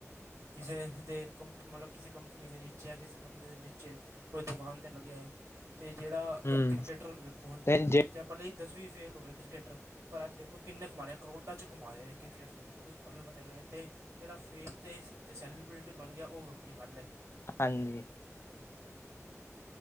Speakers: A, on the right (about 65°); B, on the left (about 50°).
A: ਕਿਸੇ ਦੇ ਮਤਲਬ ਕਿਸੇ ਕੰਪਨੀ ਦੇ ਨੀਚੇ ਆ ਕਿਸੇ ਬੰਦੇ ਦੇ ਨੀਚੇ ਕੋਈ ਦੁਕਾਨ ਤੇ ਲੱਗਿਆ ਏ ਤੇ ਜੇਹੜਾ
B: ਹੂੰ
A: ਕ੍ਰਿਕੇਟਰ ਵੇਖੋ ਹੁਣ
B: ਤੇ ਜੇ
A: ਜਾਂ ਭਲੇ ਦਸਵੀਂ ਫੇਲ ਹੋਏ ਕ੍ਰਿਕੇਟਰ, ਪਰ ਅੱਜ ਦੇਖੋ ਕਿੰਨੇ ਕਮਾ ਰਹੇ ਕਰੋਡਾਂ ਚ ਕਮਾ ਰਹੇ ਏ ਇਕ-ਇਕ ਕ੍ਰਿਕਟਰ ਤੁਹਾਨੂੰ ਪਤਾ ਈ ਐ ਤੇ ਜਿਹੜਾ ਫੇਮ ਤੇ ਸੈਲੀਬ੍ਰਿਟੀ ਬਨ ਗਿਆ, ਉਹ ਵੱਖਰੀ ਗੱਲ ਏ
B: ਹਾਂਜੀ।
A: ਹੰ ਹੰ